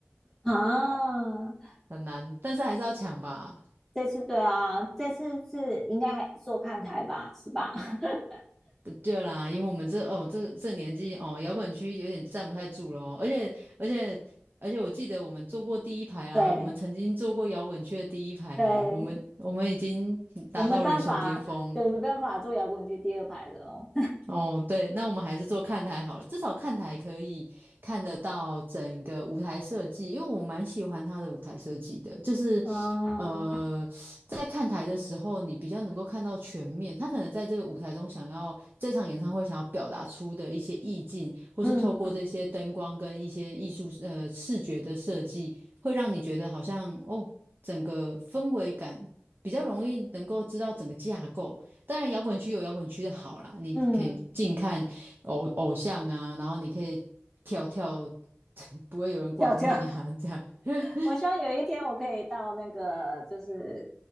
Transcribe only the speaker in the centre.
啊，
这次对啊，这次是应该还做看台吧，是吧？<laughs>
对
对，
我没办法，对我没办法做摇滚区第二排了哦。
<laughs> 嗯
嗯
嗯，
跳跳。
我希望有一天我可以到那个就是